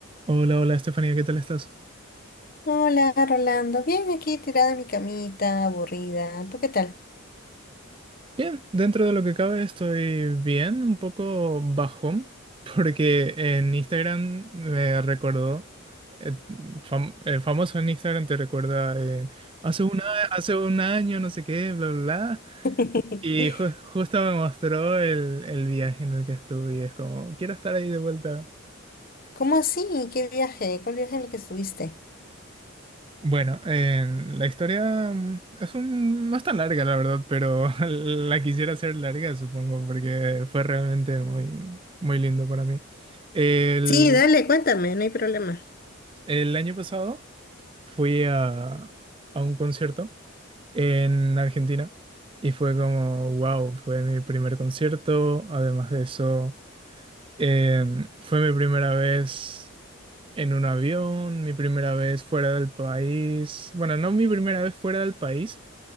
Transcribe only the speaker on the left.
Hola, Rolando. Bien, aquí tirada en mi camita, aburrida. ¿Tú qué tal?
<laughs>
¿Cómo así? ¿Qué viaje? ¿Cuál viaje en el que estuviste?
Sí, dale, cuéntame, no hay problema.